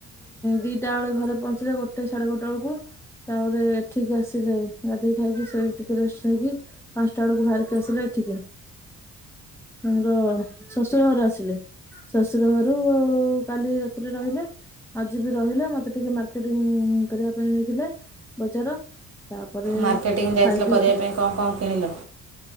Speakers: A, in the centre; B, on the right.
A: ଦିଟା ବେଳେ ଘରେ ପହଞ୍ଚିଲେ ଗୋଟେ ସାଢେ ଗୋଟେ ବେଳକୁ ତାପରେ ଏଠିକି ଆସିଲେ ଗାଧୋଇକି ଖାଇକି ଶୋଇକି ଟିକେ ରେଷ୍ଟ ହେଇକି ପାଞ୍ଚଟା ବେଳକୁ ବାହାରିକି ଆସିଲେ ଏଠିକି। ମୋର ଶଶୁର ଘର ଆସିଲେ ଶଶୁର ଘରୁ ଆ କାଲି ରାତିରେ ରହିଲେ ଆଜି ବି ରହିଲେ ମତେ ଟିକେ ମାର୍କେଟିଂ କରିବା ପାଇଁ ନେଇଥିଲେ ବଜାର। ତାପରେ
B: ମାର୍କେଟିଂ ଯାଇଥିଲ
A: ଖାଇ ପିଇକି
B: କରିବା ପାଇଁ କଣ କଣ କିଣିଲ?